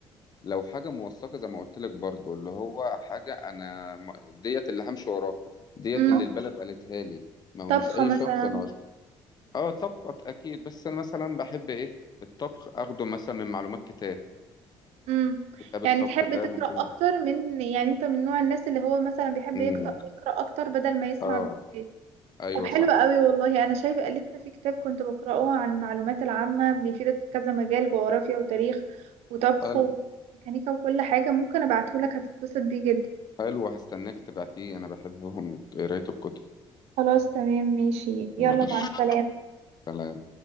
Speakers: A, on the left; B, on the right.
A: لو حاجة موثقة زي ما قلت لك برضو اللي هو حاجة أنا م- ديت اللي همشي وراها ديت
B: امم
A: اللي البلد قالتها لي ما هو
B: طبخة
A: مش أي
B: مثلا
A: شخص أنا قلت أه طبخة أكيد بس أنا مثلا بحب إيه الطبخ أخده مثلا من معلومات كتاب
B: امم
A: كتاب
B: يعني
A: الطبخ
B: تحب
A: ده
B: تقرأ
A: مفيد
B: اكتر من يعني انت من نوع الناس اللي هو مثلا بيحب
A: امم
B: يقرأ يقرأ اكتر بدل ما يسمع
A: أه
B: فيديوهات
A: أيوه
B: طب حلو
A: صح
B: قوي والله انا شايفه لسه في كتاب كنت بقرأه عن المعلومات العامة بيفيدك في كذا مجال جغرافيا وتاريخ وطبخ
A: حلو
B: وميكانيكا وكل حاجة ممكن ابعتهولك هتتبسط بيه جدا
A: حلو هستناك تبعتيه أنا بحبهم قراية الكتب
B: خلاص تمام ماشي يلا
A: ماشي
B: مع السلامة
A: سلام